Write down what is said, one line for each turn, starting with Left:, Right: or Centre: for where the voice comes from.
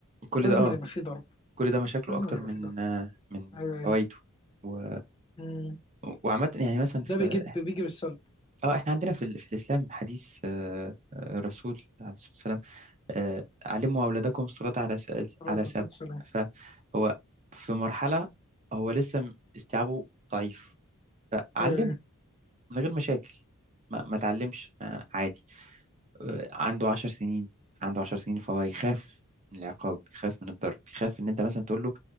Right: كل
Left: لازم
Right: ده آه
Left: يبقى فيه ضرب
Right: كل ده مشاكله
Left: لازم
Right: أكتر
Left: يبقى
Right: من
Left: فيه ضرب
Right: آه، من
Left: ايوه ايوه
Right: فوائده و...
Left: أمم.
Right: وعامة يعني مثلا في
Left: ده بيجيب بيجي بالسلب
Right: اه احنا عندنا في, ال... في الاسلام حديث آه، آه، الرسول عليه الصلاه والسلام آه، علموا اولادكم الصلاه على س...
Left: عليه
Right: على
Left: الصلاة
Right: سبع
Left: والسلام
Right: فهو في مرحله هو لسه م- استيعابه ضعيف فعلمه
Left: أيوه أيوه
Right: من غير مشاكل ما, ما تعلمش ما عادي آه، عنده عشر سنين عنده عشر سنين فهو يخاف من العقاب يخاف من الضرب يخاف ان انت مثلا تقول له